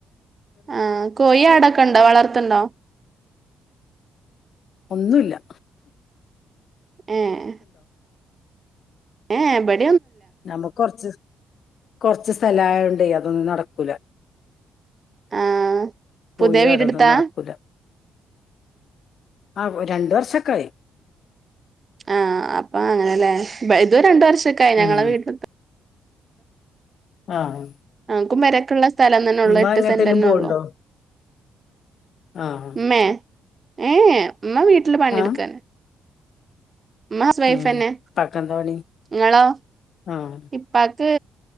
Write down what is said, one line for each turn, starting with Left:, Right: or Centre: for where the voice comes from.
Right: ആ കോഴി ആടൊക്കെ ഉണ്ടോ വളർത്തണ്ടോ
Left: ഒന്നുംഇല്ല
Right: ഏഹ് ഏഹ് ബഡ്
Left: നമ്മക്ക് കൊറച്ച് കൊറച്ച് സ്ഥലായകൊണ്ടെ അതൊന്നും നടക്കൂല
Right: ആ പുതിയ
Left: കോയി
Right: വീടെടുത്താ
Left: ആട് അതൊന്ന് നടക്കൂല ആ ഒര് രണ്ട് വർഷൊക്കായി
Right: ആഹ് അപ്പൊ അങ്ങനെല്ലേ ഇത് രണ്ട വർഷക്ക ആയി ഞങ്ങള
Left: ഉം
Right: വീട്ടിലത്ത
Left: ആഹ് ആഹ്
Right: നമ്മക്കും പെരക്കുള്ള സ്ഥലം തന്നെ ഉള്ളൂ
Left: ഉമ്മ
Right: എട്ട്
Left: എങ്ങട്ടേലും
Right: സെന്റ് തന്നെ
Left: പോവ്ണ്ടോ
Right: ഉള്ളൂ
Left: ആഹ്
Right: ഉമ്മ ഏഹ് ഉമ്മ വീട്ടില് പണിയെടുക്കാന്
Left: ആഹ്
Right: ഉമ്മ ഹൗസ് വൈഫന്നെ
Left: ഉം ഇപ്പാക്കെന്താ പണി
Right: നിങ്ങളോ
Left: ആഹ്
Right: ഇപ്പക്ക്